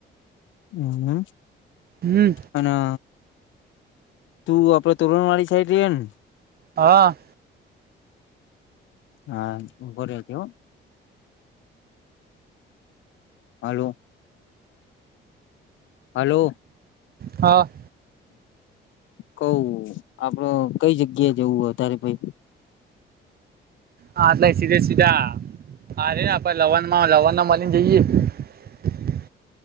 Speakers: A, on the left; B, on the right.
A: હમ્મ
B: હમ
A: હનઅ તું આપડે તોરણવાળી સાઈડ રહીએ ને
B: હા.
A: હા ઉભો રેજે હો હલો હાલો
B: હા.
A: કવ આપડો કઈ જગ્યા જવું તારે ભય
B: હા એટલે સીધે સીધા, હરે ને આપે લવણમાં લવણમાં મળીને જઈએ.